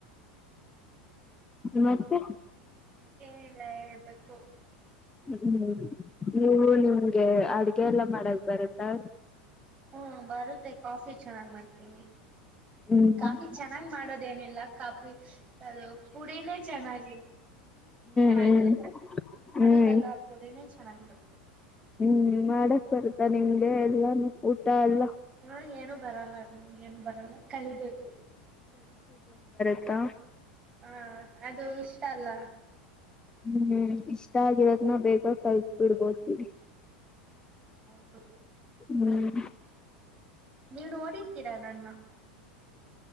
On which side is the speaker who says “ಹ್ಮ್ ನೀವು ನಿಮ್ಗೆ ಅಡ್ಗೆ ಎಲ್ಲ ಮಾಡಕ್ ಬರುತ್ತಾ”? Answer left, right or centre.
Left